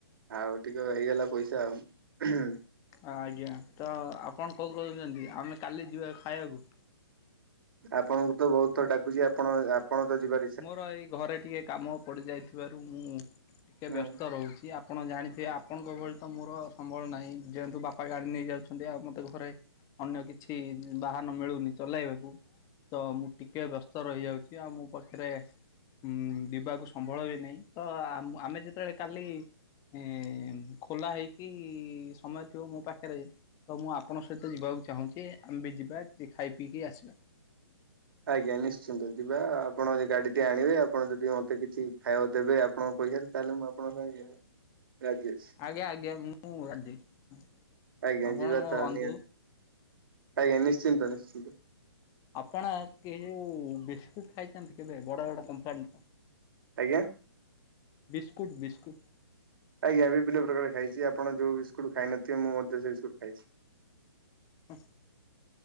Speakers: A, on the right; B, on the left.
A: ଆଉ ଟିକେ ହେଇଗଲା ପଇସା ଆଉ।
B: ଆଜ୍ଞା ତ ଆପଣ କଣ କହୁଛନ୍ତି ଆମେ କାଲି ଯିବା ଖାଇବାକୁ?
A: ଆପଣଙ୍କୁ ତ ବହୁତ ଥର ଡାକୁଚି ଆପଣ ଆପଣ ତ ଯିବା
B: ମୋର ଏଇ ଘରେ ଟିକେ କାମ ପଡ଼ିଯାଇଥିବାରୁ ମୁଁ ଟିକେ
A: ହୁଁ
B: ବ୍ୟସ୍ତ ରହୁଛି ଆପ ପଣ ଜାଣିଥିବେ ଆପଣଙ୍କ ଭଳି ତ ମୋର ସମ୍ବଳ ନାଇଁ ଯେହେତୁ ବାପା ଗାଡ଼ି ନେଇଯାଉଛନ୍ତି ଆଉ ମୋତେ ଘରେ ଅନ୍ୟ କିଛି ବାହନ ମିଳୁନି ଚଲାଇବାକୁ ତ ମୁଁ ଟିକେ ବ୍ୟସ୍ତ ସ ରହିଯାଉଚି ଆଉ ମୋ ପାଖେରେ ଉଁ ଡ଼ିବାକୁ ସମ୍ବଳ ବି ନାଇଁ ତ ଆମ ଆମେ ଯେତେବେଳେ କାଲି ଏଁ ଏଁ ମ୍ ଖୋଲା ହେଇକି ଇ ଇ ସମୟ ଥିବ ମୋ ପାଖେରେ ତ ମୁଁ ଆପଣଙ୍କ ସହିତ ଯିବାକୁ ଚାହୁଁଚି ଆମ୍ଭେ ଯିବା କିଛି ଖାଇ ପିଇକି ଆସିବା।
A: ଆଜ୍ଞା ନିଶ୍ଚିନ୍ତ ଯିବା ଆପଣ ଯେ ଗାଡ଼ି ଟିଏ ଆଣିବେ ଆପଣ ଯଦି ମୋତେ କିଛି ଖାଇବାକୁ ଦେବେ ଆପଣଙ୍କ ପଇସାରୁ। ତାହେଲେ ମୁଁ ଆପଣଙ୍କ ସାଙ୍ଗେ ଯିବାକୁ ରାଜି ଅଛି।
B: ଆଜ୍ଞା ଆଜ୍ଞା ମୁଁ ରାଜି ଆପଣ
A: ଆଜ୍ଞା ଯିବା
B: ମୋ
A: ତାହେଲେ
B: ବନ୍ଧୁ।
A: ଆଜ୍ଞା ନିଶ୍ଚିନ୍ତ ନିଶ୍ଚିନ୍ତ।
B: ଆପଣ କି ହେ ଯୋଉ ବିସ୍କୁଟ ଖାଇଚନ୍ତି କେବେ ବଡ଼ ବଡ଼ କମ୍ପାନୀର?
A: ଆଜ୍ଞା।
B: Biscuit biscuit.
A: ଆଜ୍ଞା ବିଭିନ୍ନ ପ୍ରକାର ଖାଇଚି ଆପଣ ଯୋଉ ବିସ୍କୁଟ ଖାଇନଥିବେ ମୁଁ ମଧ୍ୟ ସେ ବିସ୍କୁଟ ଖାଇଛି।
B: ହଁ